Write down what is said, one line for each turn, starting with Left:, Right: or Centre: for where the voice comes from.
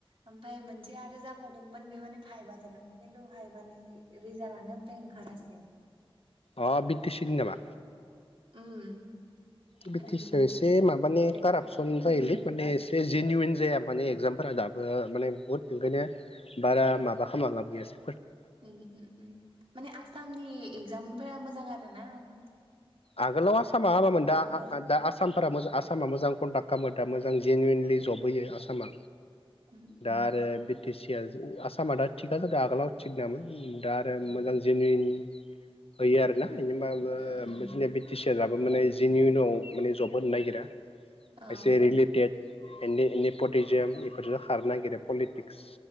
Right: ओमफाय मोनसे आरो जाबावदोंमोन बे माने। भाइबा जादोंमोन खिन्थु भाइबानि रिजालानो ओमफ्राय ओंखारासै।
Left: अ बिटि सिनि नामा।
Right: उम।
Left: थि बिटि
Right: होदोंमोन
Left: सियाव
Right: आं
Left: एसे
Right: खेबसे
Left: माबानि
Right: ग्रेड
Left: कारापसन
Right: फरनिमोन
Left: जायोलै
Right: ना
Left: माने एसे। जेनुवेन जाया माने एगजामफोरा दाबो माने बहुत ओंखायनो बारा माबा खालामना लाबबो गैयासो।
Right: उमह उमह आसामनि एक्जामफोरा मोजां आरो ना आसाम।
Left: आगोलाव आसामा हामोन दा
Right: फर
Left: आ आ दा आसामफोरा आसामा मोजां कन्डाक्ट खामोथ। दा मोजां जेनुवेनलि
Right: औ औ
Left: जब होयो आसामा
Right: उम उम
Left: दा आरो बि टि सि। खिया जो आसामा दा थिखा जादो आगोलाव थिग नोंआमोन दा आरो मोजां जेनुविन। होयो आरोना इदिबाबो।
Right: उम उम
Left: जोंनिया बि टि सिआ दाबो माने जेनिउनाव माने जब होनो नागिरा।
Right: औ
Left: एसे रिलेटेड एनि एनि पटिजियाम एफोरजों खारनो नागिरो पलिटिक्स।